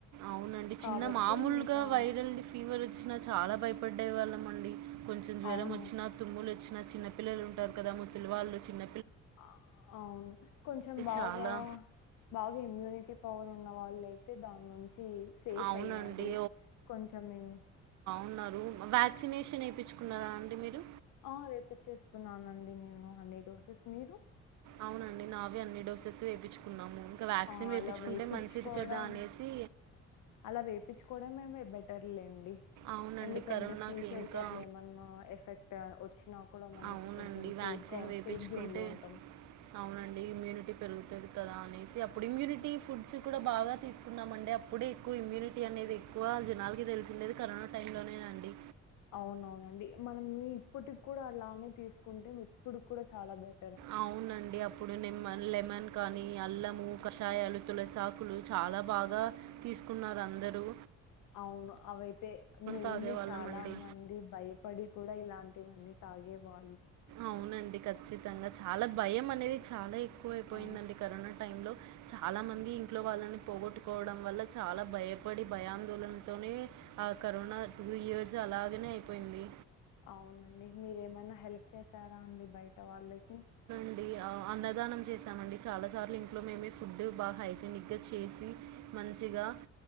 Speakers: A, on the right; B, on the left.
A: అవునండి చిన్న
B: కాబట్టి
A: మామూలుగా
B: ఇంకా
A: వైరల్ ఫీవర్ వచ్చిన చాలా భయపడ్డే వాళ్ళం అండి కొంచెం జ్వరం
B: అవును.
A: వచ్చినా తుమ్ములు వచ్చిన చిన్న పిల్లలు ఉంటారు కదా ముసిలి వాళ్ళు చిన్న
B: ఆఆ అవును కొంచెం బాగా
A: చాలా
B: బాగా ఇమ్యూనిటీ పవర్ ఉ ఉన్న వాళ్ళు అయితే దాని నుంచి సేఫ్
A: అవునండి
B: అయ్యారు కొంచం మేం
A: ఉన్నారు వ్యాక్సినేషన్ వేయించుకున్నారా అండి మీరు
B: ఆ ఏప్పచ్చేసుకున్నానుండి నేను అన్ని డోసెస్ మీరు
A: అవునండి నావే అన్ని డోసెస్ వేపించి కున్నాము ఇంకా వ్యాక్సిన్
B: ఆ!
A: వేపించుకుంటే
B: అలా వేపిచ్చుకోవడం
A: మంచిది కదా అనేసి
B: అలా వేపిచుకోవడం మేము బెటర్లేండి
A: అవునండి
B: ఎందుకంటే
A: కరోనాకి
B: ఫ్యూచర్
A: ఇంకా
B: కి అట్లా ఏమన్నా ఎఫెక్ట్ వచ్చినా కూడా మనకి
A: అవునండి
B: కొంచెం
A: వ్యాక్సిన్
B: సేవ్ గా
A: వేయించుకుంటే
B: సేవ్ జోన్ లో ఉంటాం
A: అవునండి ఇమ్యూనిటీ పెరుగుతుంది కదా అని సి అప్పుడు ఇమ్యూనిటీ ఫుడ్స్ కూడా బాగా తీసుకున్నాం అండి అప్పుడే ఎక్కువ ఇమ్యూనిటీ అనేది ఎక్కువ జనాలకి తెలిసిది కరోనా టైం లో అండి
B: అవునవునండి మనం ఇప్పటికి కూడా అలానే తీసుకుంటే ఇప్పుడుకు కూడా చాలా బెట
A: అవునండి అప్పుడు నిమాన్ లెమన్ క అల్లము కషాయాలు తులసాకులు చాలా బాగా తీసుకున్నారు అందరుూ
B: అవును అవైతే మెయిన్లీ
A: తాగేవాళ్ళం
B: చాలా
A: అండి
B: మంది భయపడి కూడా ఇలాంటి ఇనని తాగేవా
A: అవునండి కచ్చితంగా చాలా భయం అని చాలా ఎక్కువ అయిపోయిందండి
B: ఆ
A: కరోనా టైంలో చాలా మంది ఇంట్లో వాళ్ళని పోగొట్టుకోవడం వల్ల చాలా భయపడి బ్యాందోళనతోని ఆ కరోనా టూ ఇయర్స్ అలాగనే అయిపోయింది
B: అవునండి మీరు ఏమైనా హెల్ప్ చేసారా అండి బయట వాళ్ళకి
A: అండి అ అన్నదానం చేశామండి చాలాసార్లు ఇంట్లో మేమే ఫుడ్ బాగా హైజనిక్గా చేసి మంచిగా